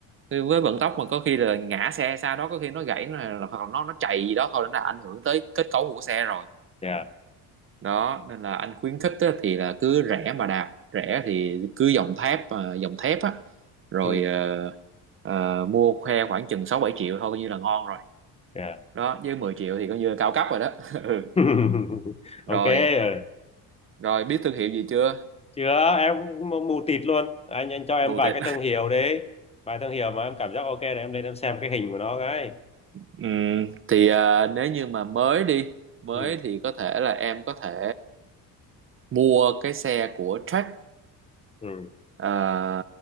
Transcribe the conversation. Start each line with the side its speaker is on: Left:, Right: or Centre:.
Right: với vận tốc mà có khi là ngã xe sau đó có khi nó gãy là hoặc là nó nó chạy gì đó thôi nó đã ảnh hưởng tới kết cấu của xe rồi
Left: dạ
Right: đó nên là anh khuyến khích á, thì là cứ rẻ mà đạp rẻ thì cứ dòng thép à, dòng thép á rồi
Left: ừ
Right: ờ, ờ, mua khoe khoảng chừng 6 7 triệu thôi coi như là ngon rồi
Left: dạ
Right: đó với 10 triệu thì coi như là cao cấp rồi đó <laughs> ừ.
Left: <laughs>
Right: rồi
Left: ok rồi
Right: rồi biết thương hiệu gì chưa
Left: Chưa, em cũng mù tịt luôn. Anh anh cho em
Right: mù
Left: vài
Right: tịt
Left: cái thương hiệu đấy. Vài thương hiệu mà em cảm giác ok là em lên em xem cái hình của nó cái.
Right: Ừm, <laughs> thì à, nếu như mà mới đi mới
Left: Ừ,
Right: thì có thể là em có thể mua cái xe của Track
Left: ừ,
Right: à,